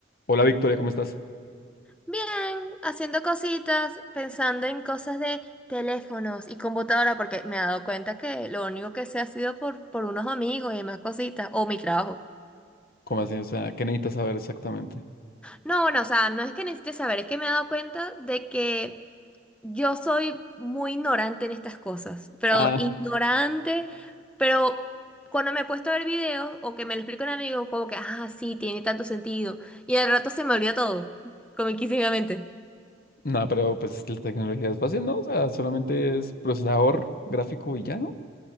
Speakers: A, on the left; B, in the centre.
A: Hola Victoria, ¿cómo estás?
B: Bien, haciendo cositas, pensando en cosas de teléfonos y computadora, porque me he dado cuenta que lo único que sé ha sido por, por unos amigos y demás cositas, o mi trabajo.
A: ¿Cómo así? O sea, ¿qué necesitas saber exactamente?
B: No, bueno, o sea, no es que necesite saber, es que me he dado cuenta de que yo soy muy ignorante en estas cosas, pero
A: Ah,
B: ignorante, pero cuando me he puesto a ver videos o que me lo explica un amigo, como que, ah, sí, tiene tanto sentido, y al rato se me olvida todo, comiquísimamente.
A: No, pero pues la tecnología es fácil, ¿no? O sea, solamente es procesador gráfico y ya, ¿no?